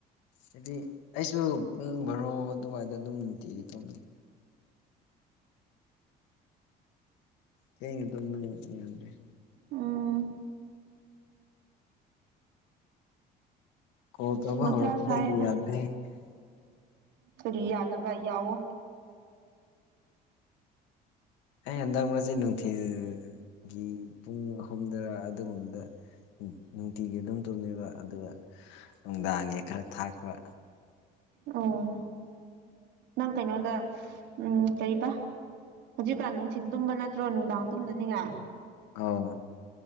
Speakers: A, on the left; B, on the right.
A: ꯍꯥꯏꯗꯤ ꯑꯩꯁꯨ ꯄꯨꯡ ꯕꯥꯔꯣ ꯑꯗꯨꯋꯥꯏꯗ ꯑꯗꯨꯝ ꯅꯨꯡꯇꯤꯒꯤ ꯇꯣꯅꯤ ꯊꯦꯡꯅ ꯇꯨꯃꯕꯅꯤꯅ ꯌꯥꯗ꯭ꯔꯦ
B: ꯎꯝ
A: ꯀꯣꯜ ꯇꯧꯕ
B: ꯃꯊꯥ
A: ꯍꯧꯔꯛꯄꯗꯒꯤ
B: ꯁꯥꯏꯗ
A: <unintelligible>
B: ꯀꯔꯤ ꯌꯥꯗꯕ ꯌꯥꯋꯣ
A: ꯑꯩ ꯍꯟꯗꯛ ꯃꯔꯛꯁꯦ ꯅꯨꯡꯊꯤꯜꯒꯤ ꯄꯨꯡ ꯑꯍꯨꯝꯗꯔꯥ ꯑꯗꯨꯒꯨꯝꯕꯗ ꯅꯨꯡꯇꯤꯒꯤ ꯑꯗꯨꯝ ꯇꯨꯝꯃꯦꯕ ꯑꯗꯨꯒ ꯅꯨꯡꯗꯥꯡꯒꯤ ꯈꯔ ꯊꯥꯛꯄ
B: ꯑꯣ ꯅꯪ ꯀꯩꯅꯣꯗ ꯎꯝ ꯀꯔꯤꯕ ꯍꯧꯖꯤꯛꯀꯥꯟ ꯅꯨꯡꯊꯤꯟ ꯇꯨꯝꯕ ꯅꯠꯇ꯭ꯔꯣ ꯅꯨꯡꯗꯥꯡ ꯇꯨꯝꯗꯅꯤꯉꯥꯏ
A: ꯑꯥꯎ